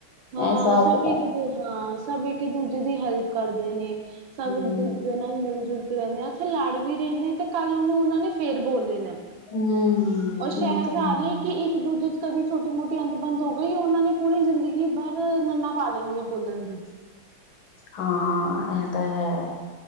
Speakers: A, on the right (about 70°); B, on the left (about 65°).
A: ਹਾਂ
B: ਇਹ ਹਿਸਾਬ
A: ਸਭ
B: ਕਿਤਾਬ
A: ਇੱਕ ਦੂ ਹਾਂ ਸਭ ਇੱਕ ਦੂਜੇ ਦੀ ਹੈਲਪਕਰਦੇ ਨੇ ਸਭ
B: ਹੂੰ
A: ਨੂੰ ਦੂਜੇ ਨਾਲ ਹੀ ਮਿਲ ਜੁਲ ਕੇ ਲੜਨਾ ਤੇ ਲੜ ਵੀ ਰਹਦੇ ਤੇ ਕੱਲ ਉਹਨੂੰ ਉਹਨਾਂ ਨੇ ਫੇਰ ਬੋਲ ਲੈਣਾ
B: ਹੂੰ
A: ਉ ਸਹਿਣ
B: ਉਹ ਤਾਂ
A: ਸਾਹ
B: ਹੈ
A: ਕਿ ਇੱਕ ਦੂਜੇ ਚ ਕਦੀ ਛੋਟੀ ਮੋਟੀ ਅੰਤ ਬੰਦ ਹੋ ਗਈ ਉਹਨਾਂ ਨੇ ਪੂਰੀ ਜ਼ਿੰਦਗੀ ਬਰ ਨੰਨਾ ਪਾ ਲੈਣੀ ਹੈ ਬੋਲਣ ਦੀ
B: ਹਾਂ ਇਹ ਤਾਂ ਹੈ